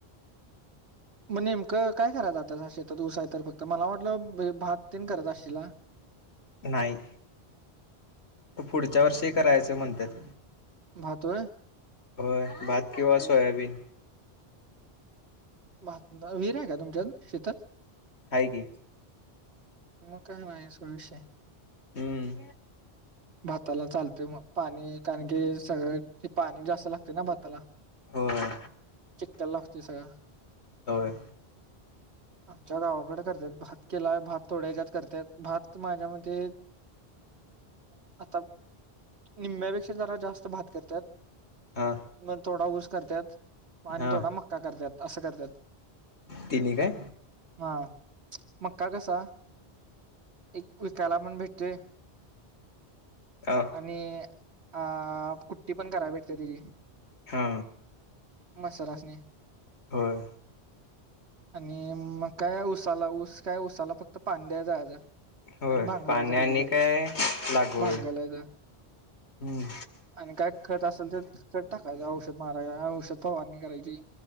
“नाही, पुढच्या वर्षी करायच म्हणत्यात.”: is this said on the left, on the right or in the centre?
Left